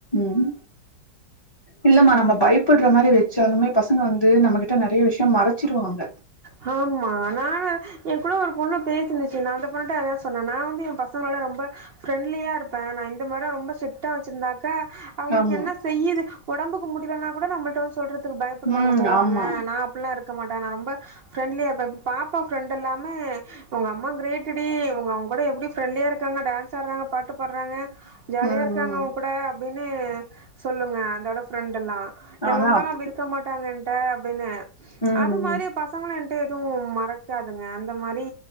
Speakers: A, on the left; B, on the right.
A: உம் இல்லம்மா நம்ம பயப்படுற மாரி வச்சாலுமே பசங்க வந்து நம்ம கிட்ட நறைய விஷயம் மறைச்சிருவாங்க
B: ஹமா அனா என் கூட ஒரு பொண்ணு பேசுந்துச்சு நான் அந்த பொண்ணுட்ட அதான் சொன்னேன் நான் வந்து என் பசங்களோட ரொம்ப ஃரெண்ட்லியா இருப்பேன் நான் இந்த மாரிலா ரொம்ப ஸ்ட்டா வச்சிருந்தாக்க அவங்களுக்கு
A: ஆமா
B: என்ன செய்யுது உடம்புக்கு முடியலனா கூட நம்ம வந்து சொல்றது க்கு பயப்படுவாங்க
A: ம்
B: போவாங்க
A: ஆமா
B: நான் அப்படல்லாம் இருக்க மாட்டேன் நான் ரொம்ப ஃப்ரெண்ட்லியா இருப்ப இப்ப பாப்பா ஃப்ரெண்ட் எல்லாமே உங்க அம்மா கிரேடடி அவங்க கூட எப்படி பிரரெண்ட்லியா இருக்காங்க டான்றாங்க பாட்டு பட்றாங்க ஜாலியா
A: ம்
B: இருக்காங்க
A: ம்
B: அவுங் கூட அப்டின்னு சொல்லுங்க அதோட ஃப்ரெண்ட் எல்லா எங்க
A: ஆனா
B: அம்மாலா
A: அப்
B: அப்டி இருக்க மாட்டாங்க என்ட்ட அப்டின்னு
A: ம்
B: அது
A: ம்
B: மாரி பசங்ளு என்ட்ட எதுவு மறைக்காதுங்க அந்த மாரி